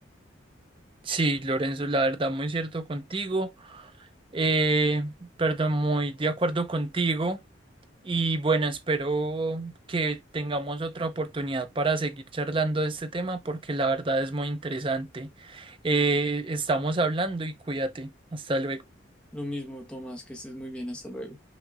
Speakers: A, on the right (about 25°); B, in the centre.
A: Sí, Lorenzo, la verdad, muy cierto contigo. Eh, perdón, muy de acuerdo contigo. Y bueno, espero que tengamos otra oportunidad para seguir charlando de este tema porque la verdad es muy interesante. Eh, estamos hablando y cuídate. Hasta luego.
B: Lo mismo, Tomás, que estés muy bien, hasta luego.